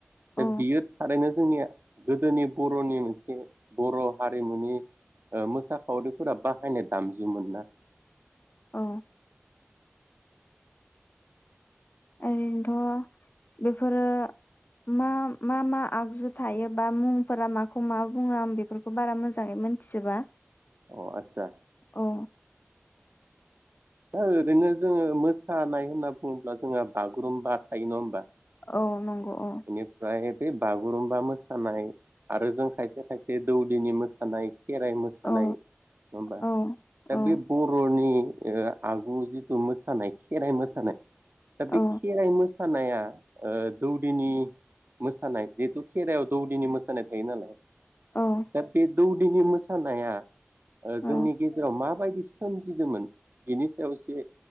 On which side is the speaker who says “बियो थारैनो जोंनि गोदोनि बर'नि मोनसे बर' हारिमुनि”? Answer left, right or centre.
Right